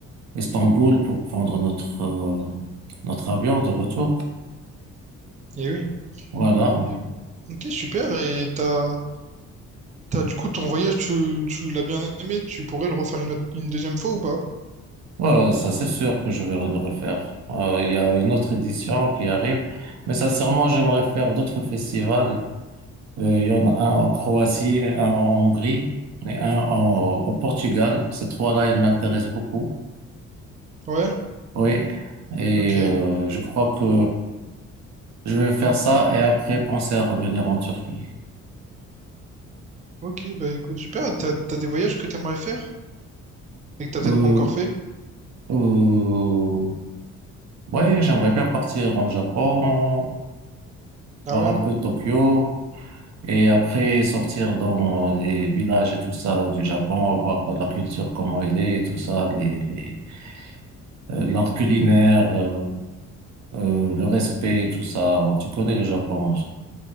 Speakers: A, on the right; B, on the right.
A: Istanbul pour prendre notre euh, notre avion de retour.
B: Et oui.
A: Voilà,
B: Et- Ok, super. Et t'as, t'as du coup ton voyage, tu, tu l'as bien aimé. Tu pourrais le refaire une, autre- une deuxième fois ou pas?
A: ouais, ça c'est sûr que je vais le refaire. Euh, Il y a une autre édition qui arrive, mais sincèrement, j'aimerais faire d'autres festivals. Euh, il y en a un en Croatie, un en Hongrie et un en-
B: Non.
A: au Portugal. Ces trois-là, ils m'intéressent beaucoup.
B: Ouais.
A: Oui. Et
B: Ok.
A: euh, je crois que je vais faire ça et après penser à revenir en Turquie.
B: Ok. Bah écoute, super. Et T'as, t'as des voyages que t'aimerais faire et que t'as
A: Euh,
B: peut-être pas encore fait.
A: euh, ouais, j'aimerais bien partir en Japon,
B: Ah
A: voir
B: ouais.
A: un peu Tokyo et après sortir dans les villages et tout ça du Japon, voir la culture, comment elle est et tout ça, les, les, euh, l'art culinaire. euh, euh, le respect, tout ça. ouais, Tu connais le Japon.